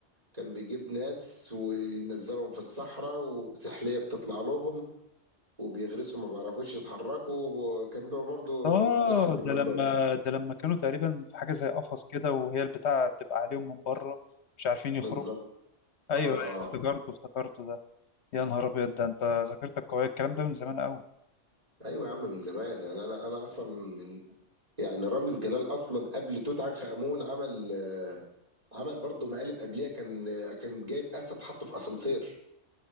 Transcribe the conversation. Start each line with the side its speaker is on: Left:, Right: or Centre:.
Right: كان بيجيب ناس وينزلهم في الصحراء وسحليه بتطلع لهم وبيغرسوا ما بيعرفوش يتحركوا وكان بيبقى برضه
Left: اه
Right: الى حد
Left: ده
Right: ما
Left: لما
Right: كويس
Left: ده لما كانوا تقريبا في حاجه زي قفص كده وهي البتاعه تبقى عليهم من بره مش عارفين يخرجوا
Right: بالظبط
Left: ايوه
Right: اه
Left: أيوة،
Right: اه
Left: افتكرته افتكرته ده يا نهار ابيض ده انت ذاكرتك قويه الكلام ده من زمان قوي
Right: ايوه يا عم من زمان انا انا انا اصلا من يعني رامز جلال اصلا قبل توت عنخ امون عمل آه، عمل برضه مقالب قبليها كان كان جايب اسد حطه في اسانسير